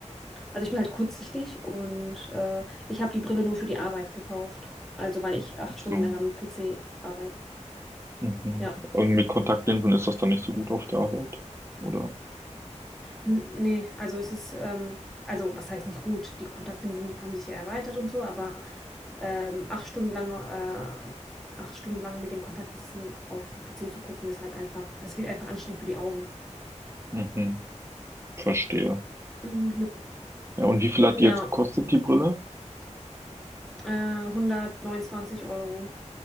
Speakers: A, in the centre; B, on the right.
A: also ich bin halt kurzsichtig und äh, ich habe die Brille nur für die Arbeit gekauft. Also weil ich acht
B: Ach
A: Stunden
B: so.
A: lang am PC arbeite.
B: Mhm.
A: Ja.
B: Und mit Kontaktlinsen ist das dann nicht so gut auf der Arbeit, oder?
A: N nee, also es ist, ähm, also was heißt nicht gut? Die Kontaktlinsen haben sich ja erweitert und so, aber ähm, acht Stunden lang, äh, acht Stunden lang mit den Kontaktlinsen auf dem PC zu gucken, ist halt einfach, das wird einfach anstrengend für die Augen.
B: Mhm. Verstehe.
A: Mhm.
B: Ja, und wie viel hat
A: Ja,
B: die jetzt gekostet, die Brille?
A: Äh, 129 Euro.